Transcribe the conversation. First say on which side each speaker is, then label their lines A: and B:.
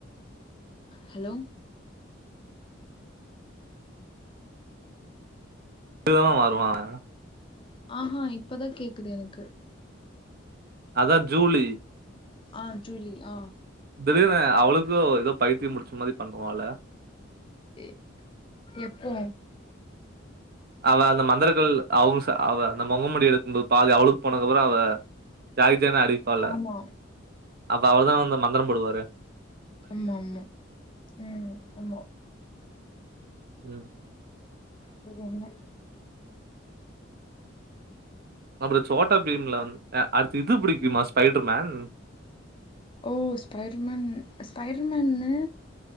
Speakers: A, on the left (about 25°); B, on the right (about 50°).
A: ஹெலோ
B: இதுதானா மாறுவா அவெ
A: ஆஹா இப்பதா கேக்குது எனக்கு
B: அதா ஜூலி
A: ஆ ஜூலி ஆ
B: திடீனு அவளுக்கு எதோப் பைத்தியம் புடிச்ச மாதிரிப் பண்ணுவால
A: எ எப்போ
B: அவெ அந்த மந்திரக்கள் அவுங்கச அவெ அந்த மொகமுடி எடுக்கும்போது பாதி அவுளுக் போனதுகபுறோ அவெ ஜாகிஜான அடிப்பால
A: ஆமா
B: அப்ப அவளதா வந்து மந்தரம் போடுவாறே
A: அம்மா அம்மா ம் அம்மா
B: ம்
A: செரி என்ன
B: அப்றோ சோட்டா பீம்ல வந் அ அடுத்து இதுப் புடிக்குமா ஸ்பைட்ருமேன்
A: ஓ ஸ்பைட்ருமென் ஸ்பைட்ருமென்னு